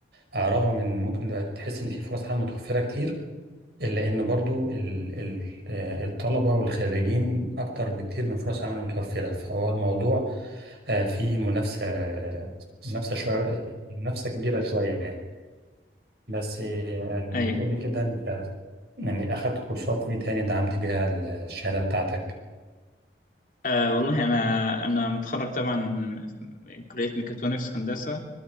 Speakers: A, on the right (about 65°); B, on the left (about 45°).
A: آه، رغم ان ممكن تحس ان في فرص عمل متوفرة كتير لأن برضو ال- ال- آه، الطلبة والخريجين أكتر بكتير من فرص عمل متوفرة فهو الموضوع آه، فيه منافسة منافسة شوية يعني منافسة كبيرة شوية يعني بس يعني
B: أيوه
A: قول لي كده أنت يعني أخدت كورسات إيه تاني دعمت بيها الشهادة بتاعتك؟
B: آه والله أنا أنا متخرج طبعا من كلية ميكاترونكس هندسة